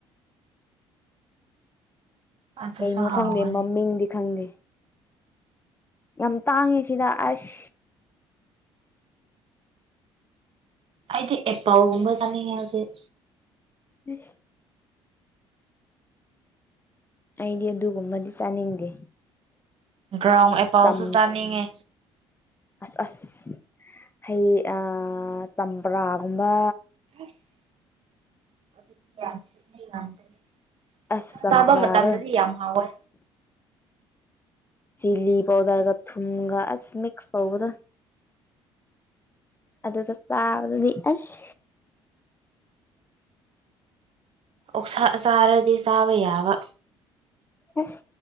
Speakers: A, on the right; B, on the left.
A: ꯑꯗꯨꯁꯨ
B: ꯀꯩꯅꯣ
A: ꯍꯥꯎꯒꯅꯤ
B: ꯈꯪꯗꯦ ꯃꯃꯤꯡꯗꯤ ꯈꯪꯗꯦ ꯌꯥꯝ ꯇꯥꯡꯉꯤ ꯁꯤꯗ ꯑꯁ
A: ꯑꯩꯗꯤ ꯑꯦꯄꯜ ꯒꯨꯝꯕ ꯆꯥꯅꯤꯡꯉꯦ ꯍꯧꯖꯤꯛ
B: ꯢꯁ ꯑꯩꯗꯤ ꯑꯗꯨꯒꯨꯝꯕꯗꯤ ꯆꯥꯅꯤꯡꯗꯦ
A: ꯒ꯭ꯔꯥꯎꯟ ꯑꯦꯄꯜꯁꯨ
B: ꯆꯝ
A: ꯆꯥꯅꯤꯡꯉꯦ
B: ꯑꯁ ꯑꯁ ꯍꯩ ꯆꯝꯄ꯭ꯔꯥꯒꯨꯝꯕ
A: ꯑꯁ ꯑꯗꯨꯗꯤ <inaudible> <inaudible> <inaudible> ꯑꯣꯛꯁꯥ
B: ꯑꯁ ꯆꯝꯄ꯭ꯔꯥꯗꯣ
A: ꯆꯥꯕ ꯃꯇꯝꯗꯗꯤ ꯌꯥꯝ ꯍꯥꯎꯋꯦ
B: ꯆꯤꯂꯤ ꯄꯥꯎꯗꯔꯒ ꯊꯨꯝꯒ ꯑꯁ ꯃꯤꯛꯁ ꯇꯧꯕꯗꯣ ꯑꯗꯨꯗ ꯆꯥꯕꯗꯨꯗꯤ ꯑꯁ
A: ꯑꯣꯛꯁꯥ ꯆꯥꯔꯗꯤ ꯆꯥꯕ ꯌꯥꯕ
B: ꯑꯁ